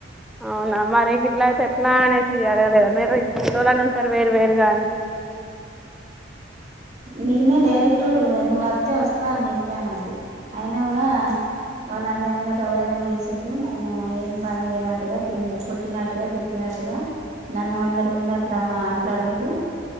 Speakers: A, in the centre; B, on the right.
A: అవునా మరి ఇట్ల అయితే ఎట్లా అనేసి అడగలేదా మీరు ఇలను సర వేరు వేరుగానే
B: నేనే డైరెక్ట్ నువ్వు వస్తే వస్తా అని చెప్పానండి అయిన కూడా వాళ్ళందరి ముందే టవలేగాని చేసి నేను ఏం పని చేయనట్టుగా తి కొట్టినాట్టుగా తిట్టునట్టుగా ట్టుగా నన్ను అందరి ముందు అట్లా మాటల దిండు